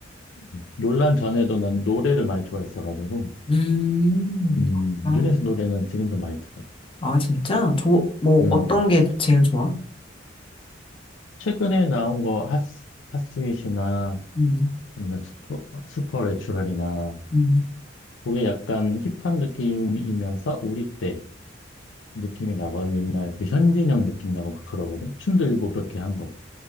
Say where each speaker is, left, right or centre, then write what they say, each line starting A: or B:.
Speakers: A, on the left (about 75°); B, on the left (about 30°).
A: 음. 논란 전에도 난 노래를 많이 좋아했어가지고,
B: 음,
A: 음,
B: 아,
A: 뉴진스 노래는 지금도 많이 들어.
B: 아, 진짜? 저, 뭐,
A: 음,
B: 어떤 게 제일 좋아?
A: 최근에 나온 거 핫스, 핫스윗이나
B: 음,
A: 아니면 스포, 스퍼레츄럴이나
B: 음,
A: 그게 약간 힙한 느낌이면서 우리 때 느낌이 나거든. 옛날 그 현진영 느낌 나고 막 그러거든. 춤도 일부 그렇게 한 거.